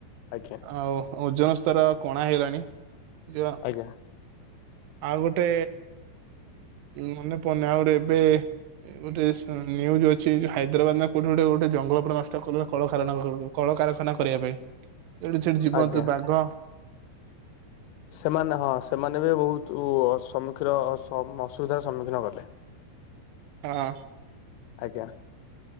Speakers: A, on the left (about 90°); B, on the right (about 85°).
A: ଆଜ୍ଞା।
B: ଆଉ ଓଜନ ସ୍ତର କଣା ହେଇଲାଣି ଯ
A: ଆଜ୍ଞା
B: ଆଉ ଗୋଟେ ମାନେ ପନେ ଆଉଗୋଟେ ଏବେ ଗୋଟେ ସ ନ୍ୟୁଜ ଅଛି ଯୋଉ ହାଇଦ୍ରାବାଦ ନା କୋଉଠି ଗୋଟେ ଗୋଟେ ଜଙ୍ଗଲ ପୁରା ନଷ୍ଟ କର୍ଲା କଳ କାରଣ। କଳକାରଖାନା କରିବା ପାଇଁ ଏଇଠି ସେଠି ଜୀିବନ୍ତୁ
A: ଆଜ୍ଞା।
B: ବାଘ
A: ସେମାନେ ହଁ ସେମାନେ ବି ବହୁତ ଉ ସମ୍ମୁଖୀନ ଅସୁବିଧାର ସମ୍ମୁଖୀନ କଲେ
B: ହଁ
A: ଆଜ୍ଞା